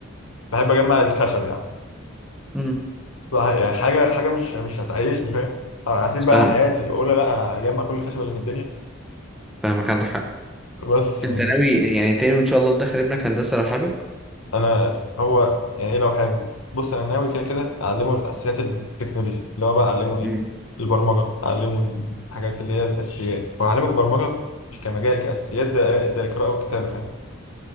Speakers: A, on the left (about 80°); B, in the centre.
A: بحب اجمع الخشب يا عم
B: امم
A: بح- يعني حاجه حاجه مش مش هتعيشني فاهم اه هسيب
B: بس
A: بقى
B: فاهمك
A: انا حياتي واقول لا انا هجمع كل الخشب اللي في الدنيا
B: فاهمك عندك حق
A: بس
B: انت
A: يعني
B: ناوي يعني تاني ان شاء الله تدخل ابنك هندسه لو حابب
A: انا هو يعني ايه لو حابب بص انا ناوي كده كده اعلمه الاساسيات التكنولوجيا اللي هو بقى اعلمه ايه
B: امم
A: البرمجه اعلمه الحاجات اللي هي الاساسيات واعلمه البرمجه مش كمجال كاساسيات زي زي القراءه والكتابه فاهم